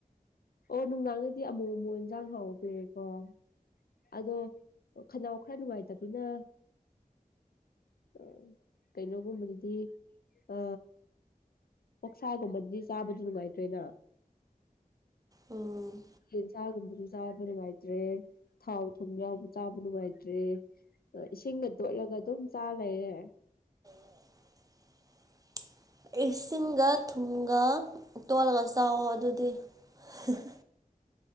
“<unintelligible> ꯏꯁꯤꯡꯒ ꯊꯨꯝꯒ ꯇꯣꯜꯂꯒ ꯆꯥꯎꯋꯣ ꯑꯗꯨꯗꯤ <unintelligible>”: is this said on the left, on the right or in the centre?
Right